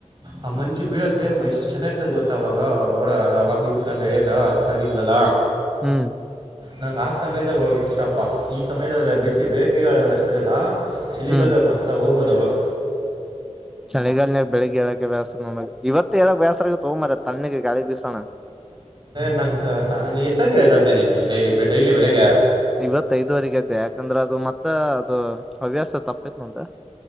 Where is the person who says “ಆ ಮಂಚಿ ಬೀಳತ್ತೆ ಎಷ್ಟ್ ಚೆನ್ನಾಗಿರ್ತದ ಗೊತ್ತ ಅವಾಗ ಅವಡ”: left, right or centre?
Right